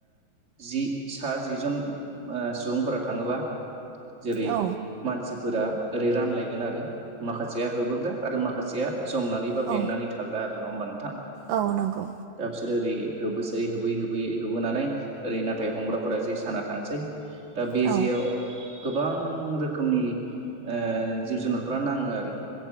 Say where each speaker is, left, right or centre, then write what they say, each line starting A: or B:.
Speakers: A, on the right; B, on the right.
A: जि सा जि जन सुबुंफोरा थाङोबा जेरै
B: औ
A: मानसि फोरा ओरै रानलायगोन आरो माखासेया होबोग्रा आरो माखासेया जमनानै बा
B: औ
A: बेंनानै थाग्रा आरो। नङा होमबा नोंथां।
B: औ नंगौ।
A: दा बिसोर ओरै होबोसै होबोयै होबोयै होबोनानै ओरै नाथाय हमग्राफोरा जे साना थानोसै। दा बे
B: औ
A: जेयाव गोबां रोखोमनि ओ जिब जुनारफोरा नाङो आरो।